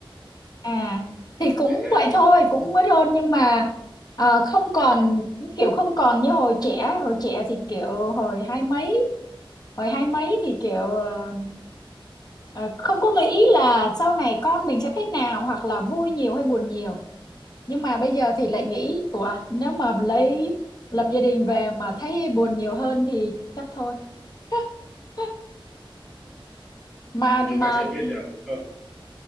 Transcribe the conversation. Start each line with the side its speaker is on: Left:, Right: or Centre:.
Left: à
Centre: Ừ.
Left: thì cũng
Centre: Định hướng.
Left: vậy thôi cũng mới hôn nhưng mà ờ, không còn kiểu không còn như hồi trẻ hồi trẻ thì kiểu hồi hai mấy hồi hai mấy
Centre: Ừ.
Left: thì kiểu ờ, ờ, không có nghĩ là sau này con mình sẽ thế nào hoặc là vui nhiều hay buồn nhiều nhưng mà bây giờ thì lại nghĩ ủa nếu mà lấy lập gia đình về mà thấy buồn nhiều hơn thì chắc thôi <laughs> mà
Centre: Ừ,
Left: mà
Centre: Chúng ta chưa biết
Left: ừ,
Centre: được đúng không?